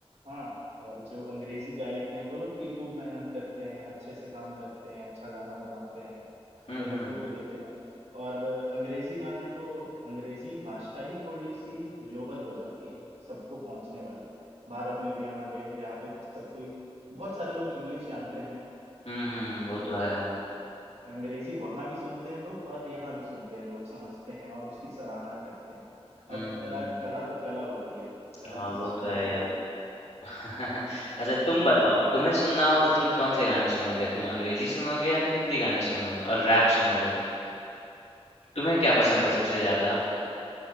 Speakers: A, on the right; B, on the left.
A: हाँ और जो अंग्रेजी गायक हैं वो लोग भी खूब मेहनत करते हैं अच्छे से काम करते हैं अच्छा गाना बनाते हैं
B: हम्म
A: और लोगों
B: हम्म
A: को देते हैं और अंग्रेजी गाने तो अंग्रेजी भाषा ही थोड़ी सी ग्लोबल हो जाती है सबको पहुंचने वाली भारत में भी हमारे यहाँ पे सबको ही बहुत सारे लोग इंग्लिश जानते हैं
B: हम्म हम्म वो
A: तो
B: तो है
A: अंग्रेजी वहां भी सुनते हैं लोग और यहाँ भी सुनते हैं लोग समझते हैं और उसकी सराहना करते हैं
B: हम्म
A: अब कला
B: हम्म
A: कला तो कला होती है कला
B: हाँ
A: की
B: वो
A: सराहना
B: तो है यार
A: तो
B: <laughs>
A: करते
B: अच्छा तुम
A: ही हैं
B: बताओ
A: लोग
B: तुम्हें सुनना हो तो तुम कौन से गाने सुनोगे तुम अंग्रेजी सुनोगे या फिर हिंदी गाने सुनोगे और रैप सुनोगे तुम्हें क्या पसंद
A: देखो
B: है सबसे
A: ये
B: ज़्यादा?